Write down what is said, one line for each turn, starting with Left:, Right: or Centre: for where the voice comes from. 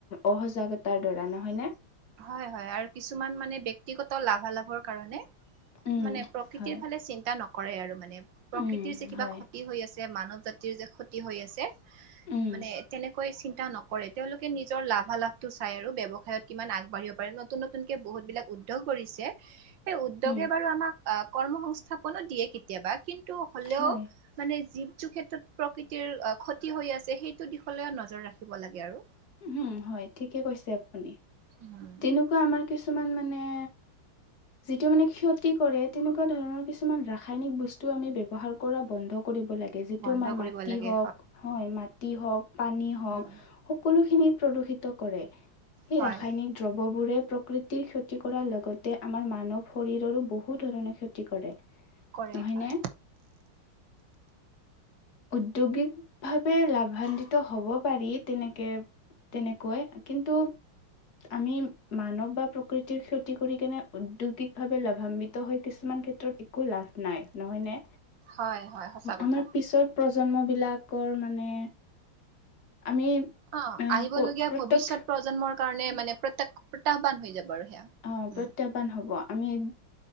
Left: অসজাগতাৰ দ্বাৰা নহয় নে।
Right: হয় হয় আৰু কিছুমান মানে বয়ক্তিগত লাভালাভৰ কাৰণে-
Left: উম
Right: মানে প্ৰকৃতিৰ
Left: হয়
Right: ফালে চিন্তা নকৰে আৰু মানে প্ৰকৃতিৰ
Left: উম
Right: যে কিবা
Left: হয়
Right: ক্ষতি হৈ আছে মানৱ জাতি। কিজে ক্ষতি হৈ আছে।
Left: উম
Right: মানে তেনেকৈ চিন্তা নকৰে তেওঁলোকে নিজৰ লাভালাভটো চাই আৰু ব্যৱসায়ত কিমান আগ আগবাঢ়িব পাৰে নতুন নতুনকে বহুত বিলাক উদ্যোগ কৰিছে সেই উদ্যোগে
Left: উম
Right: বাৰু আমাক আহ। কৰ্ম সংস্থাপনো দিয়ে কেতিয়াবা কিন্তু হলেও
Left: হয়
Right: মানে যিৱটো ক্ষেত্ৰত প্ৰকৃতিৰ ক্ষতি হৈ আছে, সেইটো দিশলৈও নজৰ ৰাখিব লাগে। আৰু
Left: উম, হয়। ঠিকে কৈছে আপুনি।
Right: উম।
Left: তেনেকুৱা আমাৰ কিছুমান মানে যিটো মানে ক্ষতি কৰে, তেনেকুৱা ধৰণৰ কিছুমান ৰাসায়নিক বস্তু আমি ব্যৱহাৰ কৰা বন্ধ কৰিব লাগে। যিটো
Right: বন্ধ
Left: আমাৰ
Right: কৰিব
Left: মাটি
Right: লাগে
Left: হওক, হয়। মাটি হওক, পানী হওক।
Right: উম
Left: সকলোখিনি প্ৰদূষিত কৰে সেই
Right: হয়
Left: ৰাসায়নিক দ্ৰববোৰে প্ৰকৃতিৰ ক্ষতি কৰাৰ লগতে আমাৰ মানৱ শৰীৰৰো বহুত ধৰণে ক্ষতি কৰে।
Right: কৰে
Left: নহয়নে
Right: হয়।
Left: উদ্যোগিকভাৱে লাভান্বিত হ'ব পাৰি তেনেকে, তেনেকৈ কিন্তু আমি মানৱ বা প্ৰকৃতিৰ ক্ষতি কৰি কেনে উদ্যোগিকভাৱে লাভান্বিত হৈ কিছুমান ক্ষেত্ৰত একো লাভ নাই নহয় নে?
Right: হয় হয় সঁচা কথা।
Left: আমাৰ পিছত প্ৰজন্মবিলাকৰ মানে আমি
Right: অ',
Left: আহ
Right: আহিবলগীয়া
Left: প্ৰত্যেক
Right: ভৱিষ্যত প্ৰজন্মৰ কাৰণে মানে প্ৰতাক প্ৰত্যাহ্বান হৈ যাব আৰু সেয়া
Left: অ',
Right: উম
Left: প্ৰত্যাহ্বান হ'ব। আমি